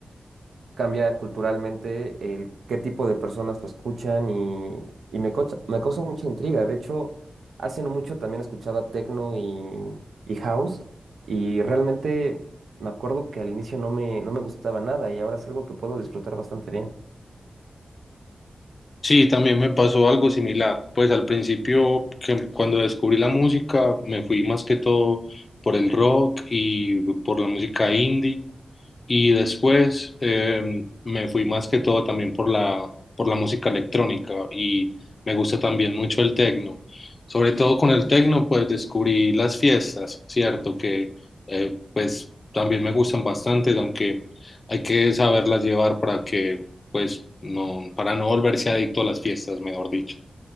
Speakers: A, on the right; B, on the left.
A: cambia culturalmente el qué tipo de personas lo escuchan y, y me causa, me causa mucha intriga. De hecho, hace no mucho también escuchaba techno y, y house y realmente me acuerdo que al inicio no me, no me gustaba nada y ahora es algo que puedo disfrutar bastante bien.
B: Sí, también me pasó algo similar. Pues al principio, que cuando descubrí la música, me fui más que todo por el rock y por la música indie. Y después eh, me fui más que todo también por la, por la música electrónica y me gusta también mucho el tecno. Sobre todo con el tecno, pues descubrí las fiestas, ¿cierto? Que eh, pues también me gustan bastante, aunque hay que saberlas llevar para que, pues, no, para no volverse adicto a las fiestas, mejor dicho.